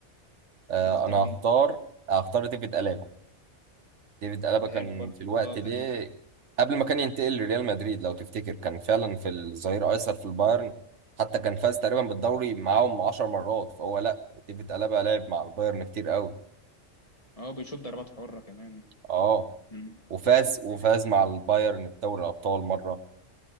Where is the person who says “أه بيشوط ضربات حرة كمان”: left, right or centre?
Left